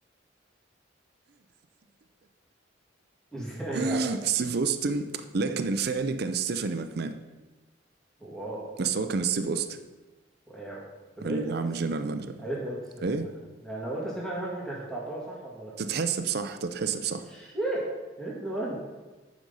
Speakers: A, in the centre; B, on the right (about 55°).
A: <laughs> ازاي يعني
B: <laughs> ستيف اوستن لكن الفعلي كان ستيفاني ماكمان
A: واو
B: بس هو كان ستيف اوستن
A: واو طب يا
B: اللي
A: ريتني قلت
B: عامل جنرال مانجر
A: يا ريتني قلت ستيفاني
B: ايه
A: ماكمان يعني لو قلت ستيفاني ماكمان كانت هتعتبر صح ولا لا
B: تتحسب صح تتحسب صح
A: شيء يا ريتني قلت